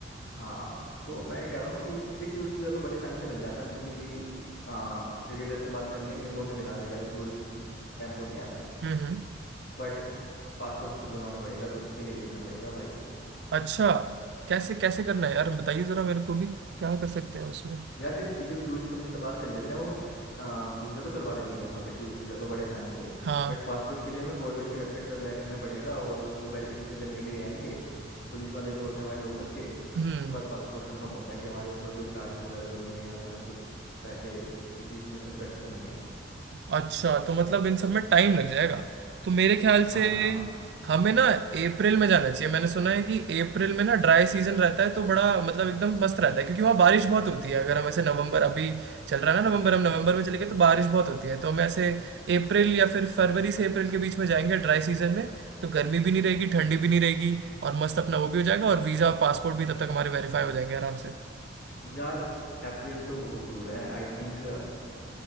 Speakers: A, on the left; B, on the right.
A: हाँ तो मैं कह रहा हूँ कि देख टूरिस्ट वीज़ा तो बड़े आसानी से मिल जाता है हम किसी भी आ, रिटेलर से बात कर लेंगे वो हमें दिला देगा जो टूरिस्ट कैंप होते हैं
B: हम्म हम्म
A: बट पासपोर्ट तो खुद बनवाना पड़ेगा तो उसके लिए देखना पड़ेगा भाई
B: अच्छा कैसे कैसे करना है यार बताइए जरा मेरे को भी क्या कर सकते हैं उसमें
A: यार देख किसी भी टूरिस्ट कंपनी से बात कर लेते हैं वो आ, वीज़ा तो करवा देती है वहाँ पे टूरिस्ट वीज़ा तो बड़े आसानी से
B: हाँ
A: बट पासपोर्ट के लिए हमें गवर्नमेंट की वेबसाइट पर अप्लाई करना पड़ेगा और वो वेरिफिकेशन करने के लिए आएंगे पुलिस वाले जो होते हैं हमारे लोकल के उसके
B: हम्म
A: बाद पासपोर्ट कंफर्म होता है कि हमारे ऊपर कोई चार्जेस वगैरह तो नहीं है या फिर हम कुछ वैसे किसी इसमें सस्पेक्ट तो नहीं है
B: अच्छा तो मतलब इन सब में टाइम लग जाएगा तो मेरे ख्याल से
A: भाई हाँ
B: हमें ना अप्रैल में जाना चाहिए मैंने सुना है कि अप्रैल में ना ड्राई सीजन रहता है तो बड़ा मतलब एकदम मस्त रहता है क्योंकि वहाँ बारिश बहुत होती है अगर हम ऐसे नवंबर अभी चल रहा है ना नवंबर हम नवंबर में चले गए तो बारिश बहुत होती है तो हम ऐसे अप्रैल या फिर फरवरी से अप्रैल के बीच में जाएंगे ड्राई सीजन में तो गर्मी भी नहीं रहेगी ठंडी भी नहीं रहेगी और मस्त अपना वो भी हो जाएगा और वीज़ा और पासपोर्ट भी तब तक हमारे वेरीफाई हो जाएंगे आराम से
A: यार अप्रैल तो बहुत दूर है आई थिंक